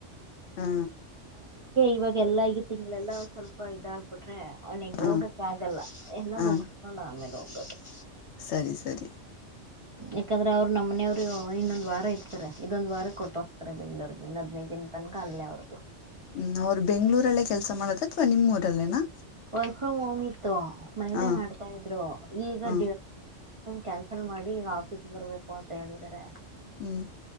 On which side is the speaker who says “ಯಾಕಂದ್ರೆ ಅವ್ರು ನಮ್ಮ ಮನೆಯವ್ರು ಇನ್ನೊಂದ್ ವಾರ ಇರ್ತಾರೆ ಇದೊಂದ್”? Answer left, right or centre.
Right